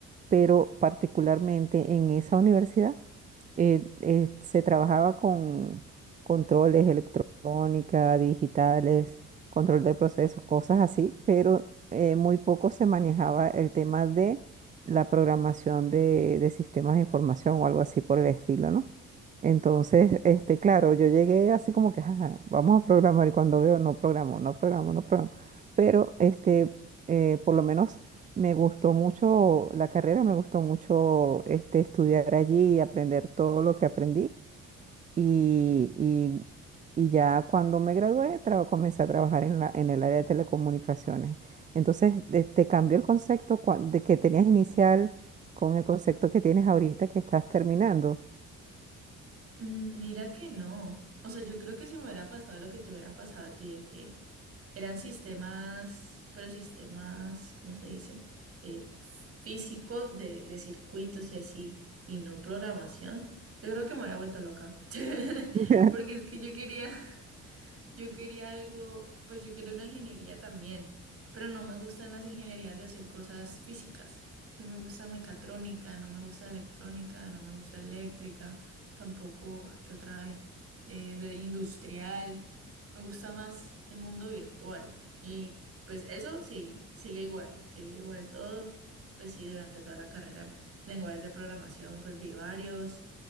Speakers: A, on the right; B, on the right.
A: pero particularmente en esa universidad eh, eh, se trabajaba con controles electrónica, digitales, control de procesos, cosas así, pero eh, muy poco se manejaba el tema de la programación de, de sistemas de información o algo así por el estilo, ¿no? Entonces, este, claro, yo llegué así como que, "Ajá, vamos a programar y cuando veo, no programo, no programo, no programo. Pero, este, eh, por lo menos me gustó mucho la carrera, me gustó mucho, este, estudiar allí y aprender todo lo que aprendí. Y, y- y ya cuando me gradué, traba- comencé a trabajar en la, en el área de telecomunicaciones. Entonces, de- te cambió el concepto cua- de que tenías inicial con el concepto que tienes ahorita que estás terminando.
B: Mm, Mira que no. O sea, yo creo que si me hubiera pasado lo que te hubiera pasado a ti, de que eran sistemas, pero sistemas, ¿cómo se dice? Eh, f- físicos de, de circuitos y así, y no programación, yo creo que me hubiera vuelto loca. <laughs>
A: <laughs>
B: Porque es que yo quería, yo quería algo, pues yo quería una ingeniería también, pero no me gustan las ingenierías de hacer cosas físicas. No me gusta mecatrónica, no me gusta electrónica, no me gusta eléctrica, tampoco, ¿qué otra hay? Eh, de industrial. Me gusta más el mundo virtual. Y pues eso sí, sigue igual, sigue igual todo. Pues sí, durante toda la carrera. Lenguajes de programación, pues vi varios.